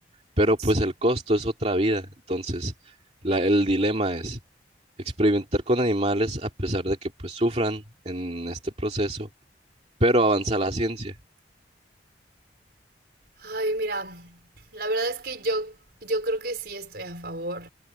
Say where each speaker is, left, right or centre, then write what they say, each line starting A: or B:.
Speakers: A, on the right (about 35°); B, on the right (about 55°).
A: Pero
B: Sí.
A: pues el costo es otra vida. Entonces, la- el dilema es experimentar con animales a pesar de que pues sufran en este proceso, pero avanza la ciencia.
B: Ay, mira, la verdad es que yo, yo creo que sí estoy a favor.